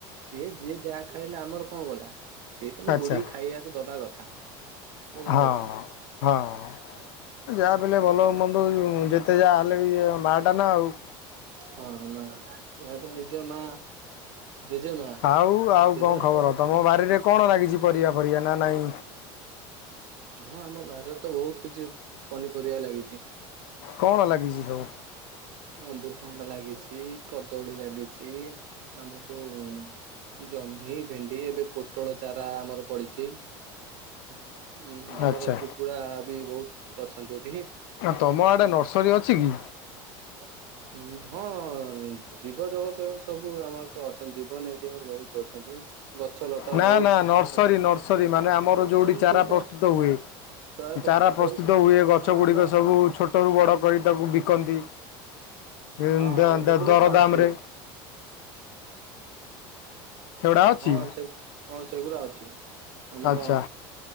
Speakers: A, on the right; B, on the left.
A: ସିଏ ଯିଏ ଯାହା ଖାଇଲା ଆମର କଣ ଗଲା। ସିଏ କିନ୍ତୁ
B: ଆଚ୍ଛା
A: ବୁଢୀକି ଖାଇବାକୁ ଦବା କଥା। ବୁଝିପାରିଲେ
B: ହଁ ହଁ। ଯାହାବି ହେଲେ
A: ଦବା
B: ଭଲ
A: କଥା
B: ମନ୍ଦ ଯେତେ ଯାହା ହେଲେ ବି ମାଆଟା ନା ଆଉ।
A: ହଁ ମା। ଯାହାବି ହେଲେ ନିଜ ମା ଜେଜେମା
B: ଆଉ ଆଉ
A: ଜେଜେମା
B: କଣ ଖବର?
A: ତ
B: ତମ ବାରିରେ କଣ ନାଗିଛି ପରିବା? ଫରିବା ନା ନାଇଁ
A: ହଁ ଆମ ବାରିରେ ତ ବହୁତ କିଛି ପନିପରିବା ଲାଗିଚି।
B: କଣ ଲାଗିଚି ସବୁ?
A: ଅମୃତଭଣ୍ଡା ଲାଗିଛି, କଦଳୀ ଲାଗିଛି, ଆମର ଯୋଉ ଜହ୍ନି, ଭେଣ୍ଡି ଏବେ ପୋଟଳ ଚାରା ଆମର ପଡିଚି। ଉମ୍ ଆମର
B: ଆଚ୍ଛା
A: କୁକୁଡା ବି ବହୁତ ଅଛନ୍ତି ଏଠି ହି
B: ତମ ଆଡେ ନର୍ସରୀ ଅଛି କି?
A: ହ। ହୁଁ ହଁ ଜୀବ ଜଗତ ଏଗୁରା ସବୁ ଆମର ତ ଅଛନ୍ତି ଜୀବନ ଏଇଠି ଆମର ବହୁତ ଅଛନ୍ତି। ଗଛ ଲତା
B: ନା
A: ବହୁତ
B: ନା ନର୍ସରୀ
A: ଅଛି
B: ନର୍ସରୀ ମାନେ ଆମର
A: ନର୍ସରୀ
B: ଯୋଉଠି ଚାରା
A: ଯୋଉଟା
B: ପ୍ରସ୍ତୁତ ହୁଏ?
A: ପ୍ରାୟ
B: ଚାରା ପ୍ରସ୍ତୁତ
A: ହଉଛି
B: ହୁଏ, ଗଛ
A: ହଁ ଆମ
B: ଗୁଡିକ ସବୁ ଛୋଟରୁୁ ବଡ଼ କରି ତାକୁ ବିକନ୍ତି ଇଁ
A: ହଁ
B: ଦା-ଦା-ଦରଦାମରେ
A: ହଁ ସେଗୁଡା ତ ଅଛି
B: ସେଉଡା ଅଛି?
A: ହଁ ସେ ହଁ ସେଗୁରା ଅଛି। ଆମର
B: ଆଚ୍ଛା।